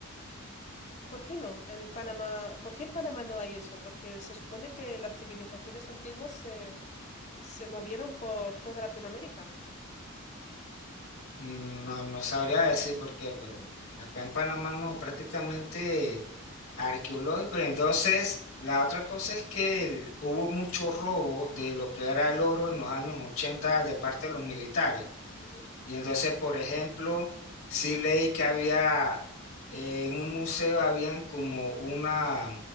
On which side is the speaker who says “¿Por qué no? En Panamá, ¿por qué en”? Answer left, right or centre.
Left